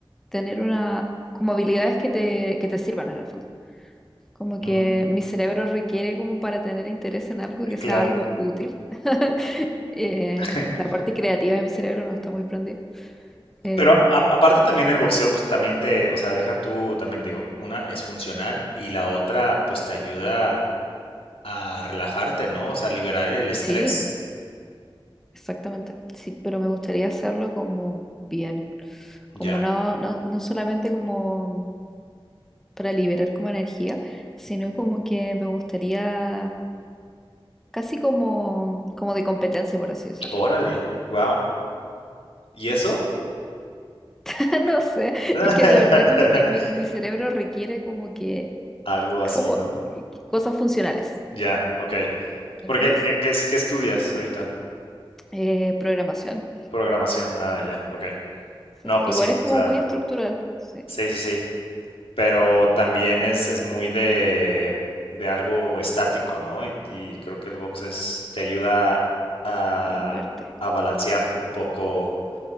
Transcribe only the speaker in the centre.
tener una, como habilidades que te, que te sirvan en el fondo. Como que
mi cerebro requiere como para tener interés en algo que sea
algo útil. <laughs> Eh,
la parte creativa de mi cerebro no está muy prendida. Eh,
sí, exactamente. Sí, pero me gustaría hacerlo como bien. Como
no, no, no solamente como para liberar como energía, sino como que me gustaría casi como, como de competencia, por así decirlo.
<laughs> No sé,
es que de verdad como que mi, mi cerebro requiere como que
como
cosas funcionales.
¿Me
entiendes?
Eh, programación.
sí.
Igual
es como
muy estructural. Sí,
a moverte.